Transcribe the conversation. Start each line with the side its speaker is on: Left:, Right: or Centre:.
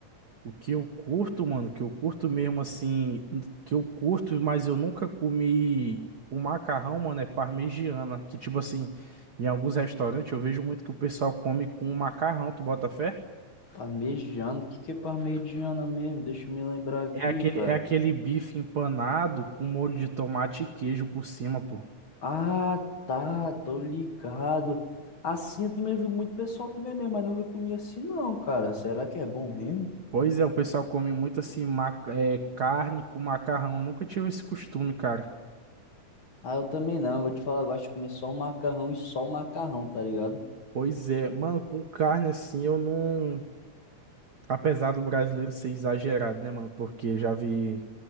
Right: O que eu curto, mano, que eu curto mesmo assim, que eu curto, mas eu nunca comi o macarrão, mano, é parmegiana, que tipo assim, em alguns restaurantes eu vejo muito que o pessoal come com macarrão, tu bota fé?
Left: Parmegiana, o que que é parmegiana mesmo? Deixa eu me lembrar aqui,
Right: É aquele,
Left: cara.
Right: é aquele bife empanado com molho de tomate e queijo por cima, pô.
Left: Ah, tá, tô ligado. Assim eu também vi muito pessoal comer mesmo, mas nunca comi assim não, cara. Será que é bom mesmo?
Right: Pois é, o pessoal come muito assim, ma- é, carne com macarrão. Eu nunca tive esse costume, cara.
Left: Ah, eu também não. Vou te falar, eu gosto de comer só o macarrão e só o macarrão, tá ligado?
Right: Pois é, mano, com carne assim eu não. Apesar do brasileiro ser exagerado, né, mano? Porque já vi.